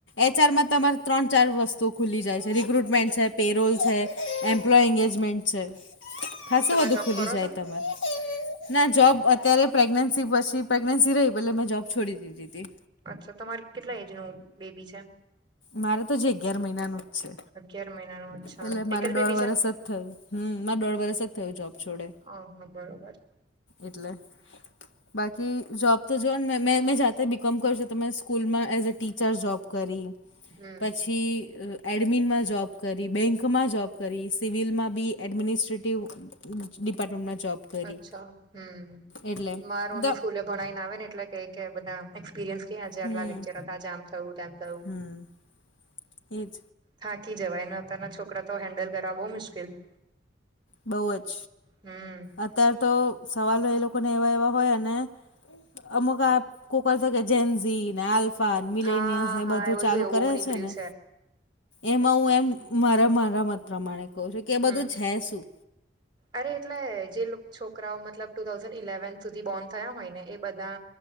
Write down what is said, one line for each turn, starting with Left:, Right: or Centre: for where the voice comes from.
Left: એચઆરમાં તમારે ત્રણ ચાર વસ્તુ ખુલી જાય છે, રિક્રુટમેન્ટ છે, પેરોલ છે, એમ્પ્લોય એંગેજમેન્ટ છે, ખાસું
Right: તમે
Left: બધું
Right: જોબ
Left: ખુલી
Right: કરો
Left: જાય
Right: છો
Left: તમે ના જોબ અત્યારે પ્રેગ્નેન્સી પછી પ્રેગનન્સી રહી પલે મેં જોબ છોડી દીધી તી
Right: અચ્છા તમારે કેટલા એજ નું બેબી છે?
Left: મારે તો જે અગિયાર મહિનાનું જ છે.
Right: અગિયાર મહિના નું અચ્છા
Left: એટલે મારે
Right: એક જ
Left: દોઢ
Right: બેબી
Left: વરસ
Right: છે
Left: જ થયું હમ મારે દોઢ વરસ જ થયું જોબ છોડે
Right: હ હા બરોબર
Left: એટલે. બાકી જોબ તો જો ને મે મે જાતે બીકોમ કર છું તો સ્કૂલમાં એઝ અ ટીચર જોબ કરી
Right: હમ
Left: પછી એડમિનમાં જૉબ કરી બેંકમાં જોબ કરી સિવિલમાં બી એડમિનિસ્ટ્રેટિવ ડિપાર્ટમેન્ટના જોબ કરી
Right: અચ્છા હમ
Left: એટલે
Right: માર મમ્મી
Left: દ
Right: સ્કૂલે ભણાવને આવે ને એટલે કઈ કે બધા એક્સપિરિયન્સ કે આજે
Left: હમ
Right: આટલા લેક્ચર હતા આમ થવું તેમ થયું
Left: હમ એ જ
Right: થાંકી જવાય અને અતારના છોકરા તો હેન્ડલ કરવા બો મુશ્કેલ
Left: બોવ જ
Right: હમ.
Left: અત્યાર તો સવાલો એ લોકોને એવા એવા હોય અને અમુકા કોક છે, કે જેન્ઝીન આલ પા મિલેનિયન્સ
Right: હા
Left: એ
Right: હા
Left: બધું ચાલુ
Right: એવું
Left: કરે
Right: બહુ નીકળ્યું
Left: છે, ને એમાં હું એમ મારા મારા મત પ્રમાણે કહ છું કે એ બધું
Right: હમ
Left: છે, શું
Right: અરે એટલે જે છોકરાઓ મતલબ ટુ થાઉજન ઇલેવન સુધી બોર્ન થયા હોય ને એ બધા